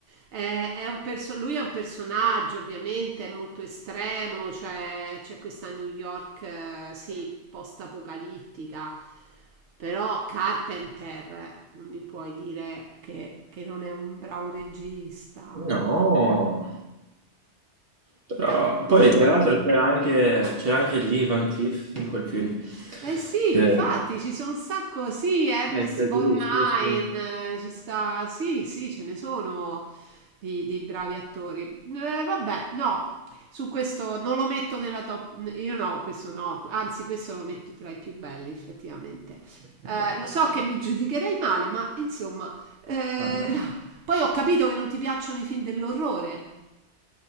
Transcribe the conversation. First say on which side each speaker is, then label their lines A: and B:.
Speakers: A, on the right; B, on the right.
A: È- è un perso- lui è un personaggio, ovviamente, è molto estremo, cioè c'è questa New York, eh, sì, post-apocalittica, però Carpenter, non mi puoi dire che, che non è un bravo regista.
B: No. Però-
A: Ta-
B: poi
A: <laughs>
B: tra l'altro c'era anche, c'era anche Lee Van Cleef in quel film.
A: Eh sì,
B: Che...
A: infatti ci sono un sacco, sì, Ernst
B: Eh, c'è
A: Borgnine,
B: lui, sì, sì.
A: eh, ci sta, sì, sì, ce ne sono di, di bravi attori. Eh, vabbè, no, su questo non lo metto nella top, io no, questo no, anzi questo lo metto tra i più belli effettivamente. Eh, lo so che mi giudicherei male, ma insomma, eh,
B: Ah, no.
A: no. Poi ho capito che non ti piacciono i film dell'orrore.